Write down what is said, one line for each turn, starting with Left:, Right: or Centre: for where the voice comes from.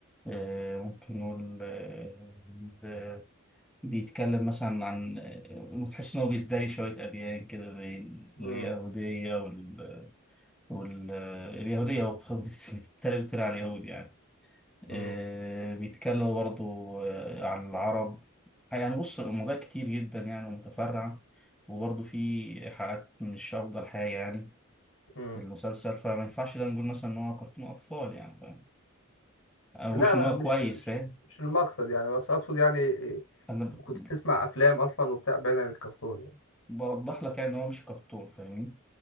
Centre: آه، ممكن نقول آه، ب- بيتكلم مثلا عن آه، وتحس إن هو بيزدري شوية أديان كده زي
Left: مم.
Centre: اليهودية وال... وال... آه، اليهودية هو بيتريق بيتريق على اليهود يعني
Left: مم.
Centre: آه، بيتكلموا برضو آه، عن العرب يعني بص موضوع كتير جدا يعني ومتفرع وبرضو في حلقات مش أفضل حاجة يعني
Left: مم.
Centre: في المسلسل فما ينفعش ده نقول مثلا إن هو كرتون أطفال يعني فاهم أنا ما
Left: لا
Centre: بقولش إن
Left: لا
Centre: هو
Left: مش
Centre: كويس
Left: مش
Centre: فاهم
Left: مش المقصد يعني بس أقصد يعني إيه،
Centre: أنا ب-
Left: كنت بتسمع أفلام أصلا وبتاع بعيد عن الكرتون يعني
Centre: بوضح لك يعني إن هو مش كرتون فاهمني